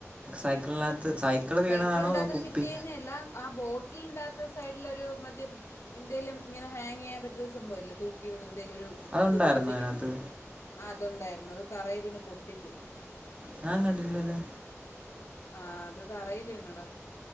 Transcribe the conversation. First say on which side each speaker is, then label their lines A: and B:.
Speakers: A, on the right; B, on the left.
A: സൈക്കിളിനകത്ത് സൈക്കിള്
B: സൈക്കിളിന്റെ
A: വീണതാണോ അതോ
B: അകത്ത്
A: കുപ്പി
B: ഫിറ്റ് ചെയ്യുന്ന അല്ല ആ ബോട്ടിൽന്റകത്ത് സൈഡിലൊരു മറ്റേ എന്തേലും ഇങ്ങനെ ഹാങ് ചെയ്യാൻ പറ്റുന്ന സംഭവം ഇല്ലെ തൂക്കിയിടുന്ന ണ്ടിലൊരു
A: അതുണ്ടായിരുന്നോ
B: ഇത് പിടിപ്പിക്കുന്ന
A: അതിനകത്ത്
B: അത് ഉണ്ടായിരുന്നു അത് തറയിൽ വീണ് പൊട്ടി പോയി
A: ഞാൻ കണ്ടില്ലല്ലോ
B: ആ അത് തറയിൽ വീണെടാ